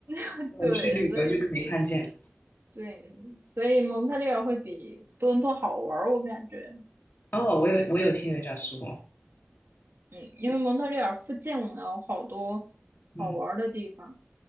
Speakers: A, on the right (about 85°); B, on the left (about 60°).
A: <laughs>
B: 我去旅游就可以看见了。
A: 对，所以对，所以蒙特利尔会比多伦多好玩儿，我感觉。
B: 哦，我有我有听人家说，
A: 嗯，因为蒙特利尔附近有好多
B: 嗯，
A: 好玩儿的地方，